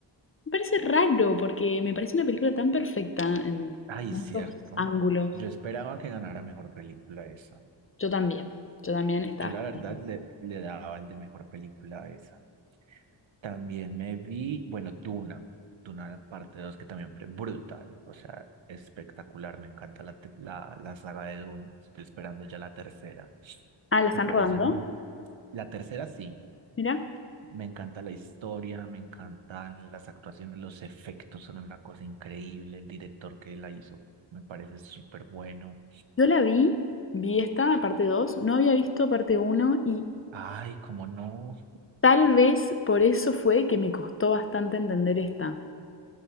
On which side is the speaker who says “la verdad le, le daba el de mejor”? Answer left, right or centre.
Right